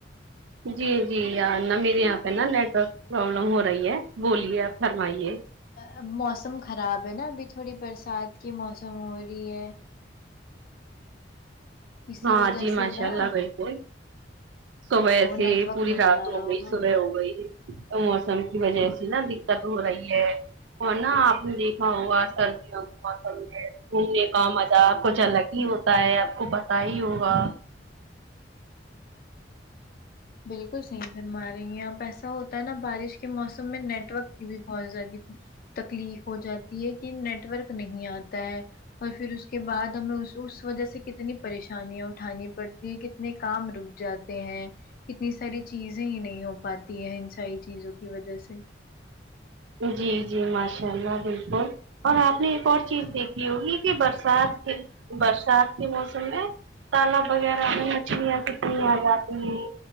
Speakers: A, on the right; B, on the left.
A: جی جی یاں نہ میرے یہاں پہ نا نیٹ ورک پرابلم ہو رہی ہے بولیے آپ فرمائیے
B: ا موسم خراب ہے نا ابھی تھوڑی برسات کی موسم ہو رہی ہے اسی
A: ہاں
B: وجہ
A: جی
B: سے
A: ماشاء
B: نا
A: اللہ بالکل صوبے
B: وہ نیٹ
A: سے ئ
B: ورک
A: پوری
B: نہیں
A: رات
B: آ رہا
A: ہو
B: ہوگا
A: گئی صبے
B: موبائل
A: ہو گئی موسم کی وجے سے نا دکت ہو رہی ہے اور نا آپ نے دیکھا ہوگا سردیوں کے موسم میں گھومنے کا مزہ کچھ الگ یھی ہوتا ہے آپ کو پتا ہی ہوگا
B: بالکل صحیح فرما رہی ہیں اپ ایسا ہوتا ہے نا بارش کے موسم میں نیٹ ورک کی بھی بہت زیادہ تکلیف ہو جاتی ہے کہ نیٹورک نہیں آ تا ہے اور فیر اس کے بعد ہمیں اس اس وجہ سے کتنی پریشانیاں اٹھانی پڑتی ہے کت نے کام رک جاتے ہیں کتنی ساری چیزیں ہی نہیں ہو پاتی ہے ان ساری چیزوں کی وجے سے
A: جی جی ماشاء اللہ بالکل اور آپ نے ایک اور چیز دیکھی ہوگی کی برسات کے برسات کے موسم میں تالاب وغیرہ میں مچھلیاں کتنی آجاتی ہیں